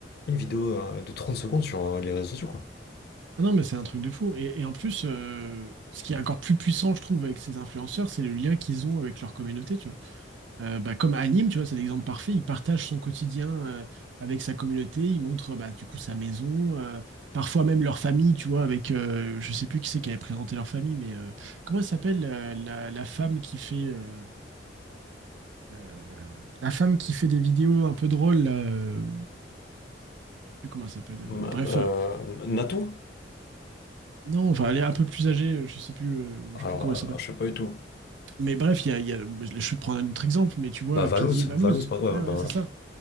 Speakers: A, on the left; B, on the right.
A: une vidéo euh, de 30 secondes sur euh, les réseaux sociaux, quoi.
B: Ah Non, mais c'est un truc de fou. Et, et en plus, euh, ce qui est encore plus puissant, je trouve, avec ces influenceurs, c'est le lien qu'ils ont avec leur communauté, tu vois. Euh, bah, comme Anime, tu vois, c'est l'exemple parfait. Il partage son quotidien euh, avec sa communauté. Il montre, bah, du coup, sa maison, euh, parfois même leur famille, tu vois, avec, euh, je sais plus qui c'est qui avait présenté leur famille, mais euh, comment elle s'appelle, la, la- la femme qui fait... euh, euh, la femme qui fait des vidéos un peu drôles, là, euh, je sais plus comment elle s'appelle,
A: M-
B: mais bref,
A: euh,
B: euh,
A: Natou?
B: non, enfin, elle est un peu plus âgée, euh, je sais plus, euh,
A: Alors,
B: je sais plus comment elle s'appelle.
A: euh, je sais pas du tout.
B: Mais bref, il y a, y a- je vais te prendre un autre exemple, mais tu vois,
A: Bah, Valouz,
B: Piddy et Valouz.
A: Valouz, pardon, ouais,
B: Ouais, ouais,
A: bah voilà,
B: c'est ça.